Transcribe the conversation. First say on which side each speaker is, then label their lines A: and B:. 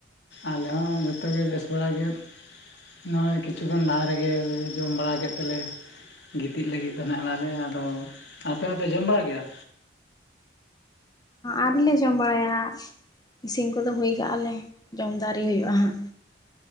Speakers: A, on the left; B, on the left.
A: ᱟᱞᱮ ᱦᱚᱸ ᱡᱚᱛᱚ ᱜᱮ ᱵᱮᱥ ᱵᱟᱲᱟ ᱜᱮ᱾ ᱱᱚᱜᱼᱚᱭ ᱠᱤᱪᱷᱩᱩᱜ ᱠᱷᱚᱱ ᱞᱟᱦᱟ ᱨᱮᱜᱮᱞᱮ ᱡᱚᱢ ᱵᱟᱲᱟ ᱠᱮᱫ ᱛᱮᱞᱮ ᱜᱤᱛᱤᱡ ᱞᱟᱹᱜᱤᱫ ᱫᱚ ᱱᱟᱦᱟᱜ ᱚᱱᱟᱞᱮ ᱟᱫᱚ, ᱟᱯᱮ ᱦᱚᱸᱯᱮ ᱡᱚᱢ ᱵᱟᱲᱟ ᱠᱮᱫᱟ?
B: ᱟᱨᱤᱞᱮ ᱡᱚᱢ ᱵᱟᱲᱟᱭᱟ, ᱤᱥᱤᱱ ᱠᱚ ᱫᱚ ᱦᱩᱭ ᱠᱟᱜᱼᱟᱞᱮ ᱡᱚᱢ ᱫᱚ ᱟᱮᱨᱤ ᱦᱩᱭᱩᱜᱼᱟ ᱦᱟᱸᱜ᱾